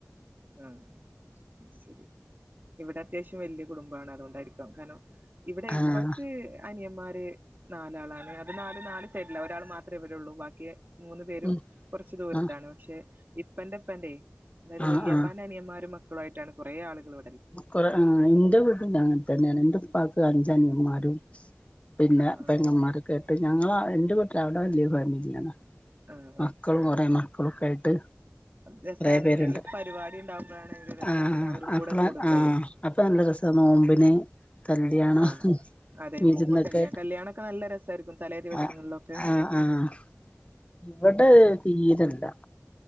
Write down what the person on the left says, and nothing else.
ആഹ്
ഉം
ആഹ്
ആഹ്
ആഹ്
കൊറെ ആഹ് ഇന്റെ വീടിലങ്ങനെ തന്നെയാണ് ഇന്റെ ഉപ്പാക്ക് അഞ്ചനിയമാരും പിന്നെ
പെങ്ങന്മാരൊക്കെ ആയിട്ട് ഞങ്ങള എന്റെ വീട്ടില് അവിടെ വല്യ ഫാമിലിയാണ്
മക്കളും കുറെ മക്കളൊക്കായിട്ട്
റെ പേര്ണ്ട്
ആഹ്
അപ്പള
ആഹ് അപ്പൊ നല്ല രസാ നോമ്പിന് കല്യാണം
വിരുന്നൊക്കെ
ആഹ് ആഹ് ഇവടെ തീരല്ല